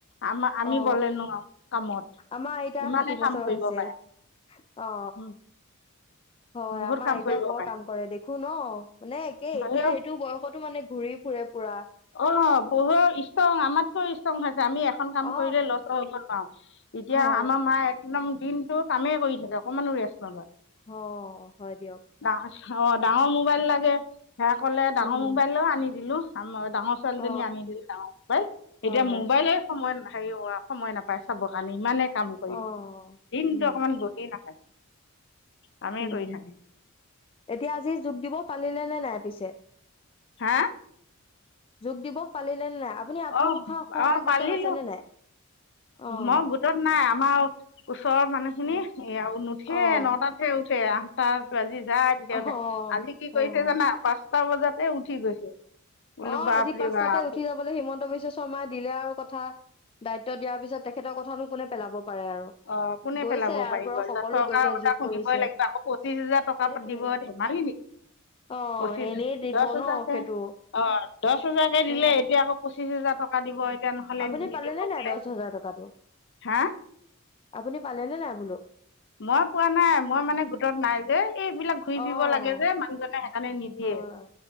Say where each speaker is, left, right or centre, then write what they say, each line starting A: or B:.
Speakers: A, on the left (about 55°); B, on the left (about 25°).
A: আমাৰ আমি
B: অ
A: বলে নোৱাৰোঁ কামত
B: আমাৰ আতা
A: ইমানে
B: ষাঠি
A: কাম
B: বছৰ
A: কৰিব
B: হৈছে।
A: পাৰে
B: অ
A: উম
B: হয়
A: বহুত
B: আমাৰ
A: কাম
B: আইতাও
A: কৰিব
B: বৰ
A: পাৰে
B: কাম কৰে দেখো ন মানে এতিয়া
A: হয়
B: এইটো বয়সতো মানে ঘূৰি ফুৰে। পুৰা।
A: অ বহু ষ্ট্ৰং আমাতকৈ ষ্ট্ৰং খাই। আমি এখন কাম
B: অ
A: কৰিলে লচও হ'ব নোৱাৰো। এতিয়া
B: হ
A: আমাৰ মা একদম। দিনটো কামে কৰি থাকে অকমানো ৰেষ্ট নলয়।
B: হ হয় দিয়ক।
A: ডা অ ডাঙৰ মোবাইল লাগে। সেয়া ক'লে ডাঙৰ
B: উম
A: মোবাইলো আনি দিলো। আম ডাঙৰ ছোৱালীজনী
B: অ
A: আনি দিলে ডাঙৰ মোবাইল এতিয়া
B: হয়
A: মোবাইলে সময় নাই <unintelligible> সময় নাপায় চাবৰ কাৰণে ইমানে কাম কৰি
B: অ
A: দিনটো
B: উম
A: অকণমান বহি নাথাকে কামেই
B: উম,
A: কৰি থাকে
B: এতিয়া আজি যোগ দিব পাৰিলে নে নাই? পিছে
A: হা
B: যোগ দিৱস পালি পালিলে নাই আপুনি আত্মসহায়ক
A: অ
B: সহায়
A: অ পালিলো
B: গোটত আছে নে নাই? অ',
A: মই গোটত নাই আমাৰ ওচৰৰ মানুহখিনি
B: অ',
A: এয়া নুঠে
B: অ',
A: নটাতহে উঠে। চাৰে আঠটা বাজি যায় তেতিয়া
B: অ',
A: উঠে, আজি কি কৰিছে
B: অ',
A: জানা? পা ছটা বজাতে উঠি গৈছে। বোলো
B: অহ
A: বাপৰে
B: আজি পাঁচটাতে
A: বাপ
B: উঠি যাবলৈ হিমন্ত বিশ্ব শৰ্মাই দিলে আৰু কথা দায়িত্ব দিয়াৰ পিছত তেখেতৰ কথানো কোনে পেলাব? পাৰে আৰু।
A: অহ কোনে
B: গৈছে
A: পেলাব
B: ইয়াৰ
A: পাৰিব
B: পৰা সকলো
A: চৰকাৰৰ
B: গৈছে
A: কথা
B: যোগ
A: শুনিবই
B: কৰিছে
A: লাগিব আকৌ পঁচিশ হাজাৰ টকা
B: সেইটোয়ে।
A: দিব ধেমালি নেকি।
B: অ',
A: পঁচিছ
B: এনেই
A: হাজাৰ
B: দিব
A: দহ হাজাৰকে
B: ন সেইটো
A: অহ দহ হাজাৰকে
B: সেয়াই।
A: দিলে এতিয়া আকৌ পঁচিছ হাজাৰ টকা দিব এতিয়া নহ'লে
B: আপুনি
A: নিদিব
B: পালেনে
A: বোলে
B: নাই দহ হাজাৰ টকাটো?
A: হা
B: আপুনি পালেনেে নাই বোলো?
A: মই পোৱা নাই মই মানে গোটত নাই যে এইবিলাক ঘূৰি
B: অ',
A: ফুৰিব লাগে যে মানুহজনে সেইকাৰণে নিদিয়ে,
B: হয়,